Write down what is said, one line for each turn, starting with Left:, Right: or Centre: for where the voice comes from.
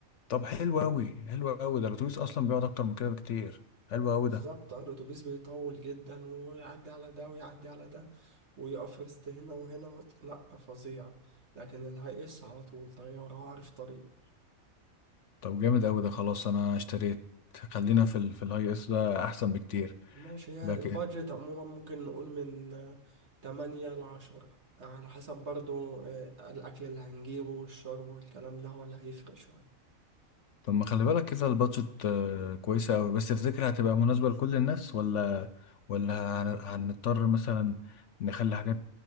Left: طب حلو قوي حلو قوي ده الاتوبيس اصلا بيقعد اكتر من كده بكتير حلو قوي
Right: بالظبط
Left: ده
Right: آه، الأتوبيس بيطول جدا ويعدي على ده ويعدي على ده ويقف رست هنا وهنا و... لأ فظيع لكن اللي هيقص على طول طيارة وعارف طريق
Left: طب جامد قوي ده خلاص انا اشتريت خلينا في ال في الهاي اس ده احسن بكتير
Right: ماشي هي
Left: بقى
Right: البادجت عموما ممكن نقول من آه، تمانية لعشرة على حسب برضو آه، الأكل اللي هنجيبه والشرب والكلام ده ولا هيفرق شوية
Left: طب ما خلي بالك كده البادجت آه، كويسة أوي بس تفتكر هتبقى مناسبة لكل الناس ولا ولا هن- هنضطر مثلا نخلي حاجات